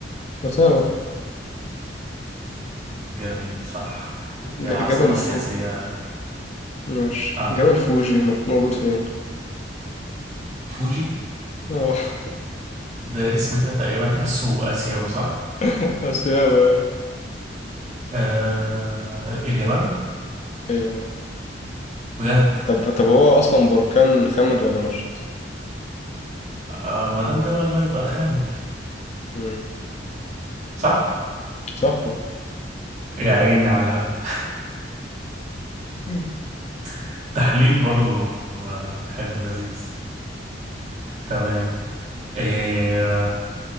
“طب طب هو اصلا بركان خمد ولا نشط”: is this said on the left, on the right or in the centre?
Left